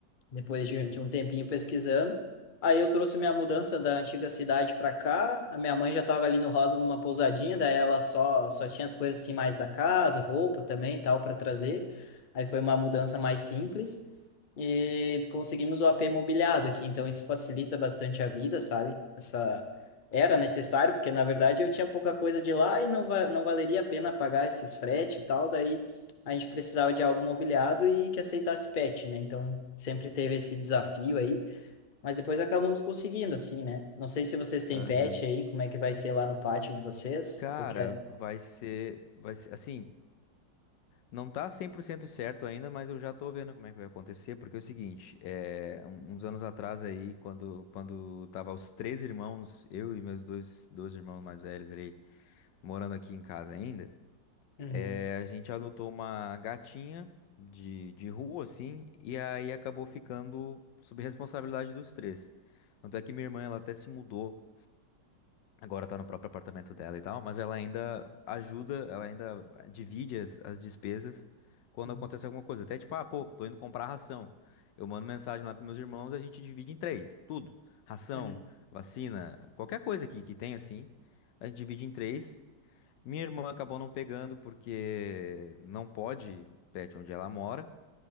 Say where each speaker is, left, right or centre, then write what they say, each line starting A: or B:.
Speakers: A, on the left; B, on the left.
A: depois de, de um tempinho pesquisando. Aí eu trouxe minha mudança da antiga cidade para cá. A minha mãe já estava ali no Rosa numa pousadinha, daí ela só só tinha as coisas assim mais da casa, roupa também, e tal, para trazer. Aí foi uma mudança mais simples e conseguimos o AP mobiliado aqui, então isso facilita bastante a vida, sabe? Essa era necessário, porque na verdade eu tinha pouca coisa de lá e não, va não valeria a pena pagar esses frete e tal, daí a gente precisava de algo mobiliado e que aceitasse pet, né? Então sempre teve esse desafio aí, mas depois acabamos conseguindo assim, né? Não sei se vocês têm
B: Aham.
A: pet aí, como é que vai ser lá no pátio de vocês,
B: Cara,
A: o que é?
B: vai ser, vai ser, assim, não tá 100% certo ainda, mas eu já tô vendo como é que vai acontecer, porque é o seguinte, é, um- uns anos atrás aí, quando, quando tava os três irmãos, eu e meus dois, dois irmãos mais velhos ali, morando aqui em casa ainda,
A: Uhum.
B: É, a gente adotou uma gatinha de, de rua, assim, e aí acabou ficando sob responsabilidade dos três. Tanto é que minha irmã, ela até se mudou, agora tá no próprio apartamento dela e tal, mas ela ainda ajuda, ela ainda eh, divide as, as despesas quando
A: Uhum.
B: acontece alguma coisa. Até tipo, ah, pô, tô indo comprar ração. Eu mando mensagem lá pros meus irmãos, a gente divide em três, tudo. Ração,
A: Uhum.
B: vacina, qualquer coisa que, que tem, assim, a gente divide em três. Minha irmã acabou não pegando porque não pode pet onde ela mora.